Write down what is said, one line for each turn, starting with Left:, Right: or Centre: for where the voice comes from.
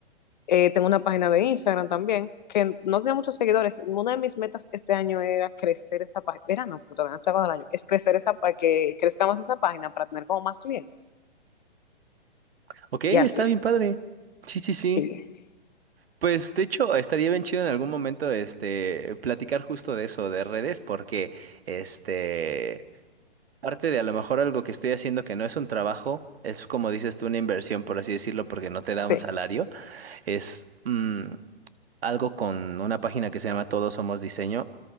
Left: Eh, tengo una página de Instagram también, que no tenía muchos seguidores. Una de mis metas este año era crecer esa página. Era, no, puta, todavía no se acaba el año. Es crecer esa para que crezca más esa página para tener como más clientes.
Right: Ok, está
Left: Y así,
Right: bien padre. Sí, sí, sí.
Left: sí,
Right: Pues de hecho, estaría bien chido en algún momento este platicar justo de eso, de redes, porque este parte de a lo mejor algo que estoy haciendo que no es un trabajo, es como dices tú, una inversión, por así decirlo, porque no te da un
Left: sí.
Right: salario, es mm, algo con una página que se llama Todos Somos Diseño.